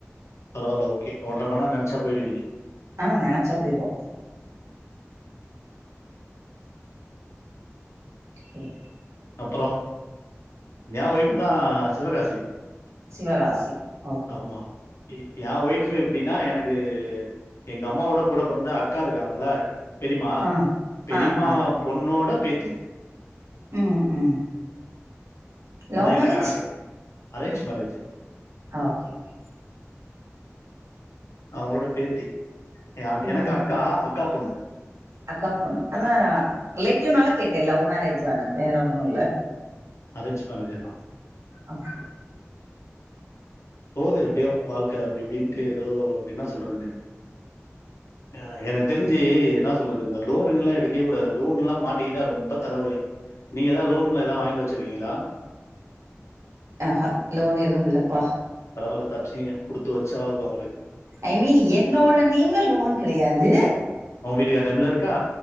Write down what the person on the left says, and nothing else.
பரவால்ல ஓகே ஓன்றரை மணிநேரோ நெனச்சா போய்டுவிங்க
அப்புறோ எ ஒய்ஃபுதா சிவகாசி
ஆமா இ எ ஒய்ஃபு எப்டினா எனக்கு எங்க அம்மாவோட கூட பிறந்த அக்கா இருக்காங்கல்ல பெரிமா
பெரிமா
பொண்ணோட பேத்தி
அதா எனக்
அக் அரேஞ்ச் மேரேஜு
அவங்களோட பேத்தி ஏமா
எனக் அக்கா அக்கா பொண்ணு
அரேஞ்ச் மேரேஜேதா
போது எப்டியோ வாழ்க்க அப்டி இப்டின்ட்டு எதோ என்னா சொல்றது யா எனக் தெரிஞ்சி என்னா சொல்றது இந்த லோனுகுல்லா எடி கேகூட லோன்ல்லா மாட்டிக்கிட்டா ரொம்ப தலவலி நீங் எதா லோன் மேல வாங் வச்சிர்க்கீங்ளா
பரவால்ல தப்ச்சிங்க குடுத்து வச்ச வாழ்க்க உங்ளுக்
உ வீட்டுக்கார் நேம்ல இருக்கா